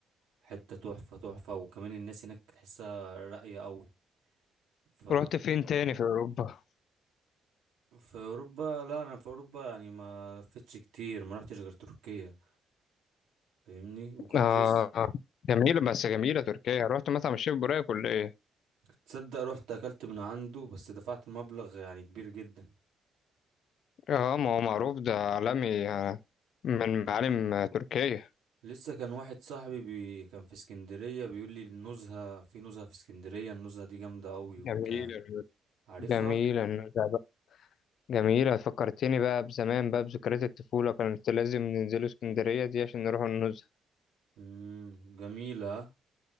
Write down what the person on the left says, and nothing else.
رحت فين تاني في أوروبا؟
آه
جميلة بس جميلة تركيا رحت مطعم الشيف بوراك ولا إيه؟
آه ما هو معروف ده عالمي آه، من معالم آه، تركيا
جميلة
جميلة النزهة بقى. جميلة فكرتني بقى بزمان بقى بذكريات الطفولة كانت لازم ننزلوا اسكندرية دي عشان نروح النزهة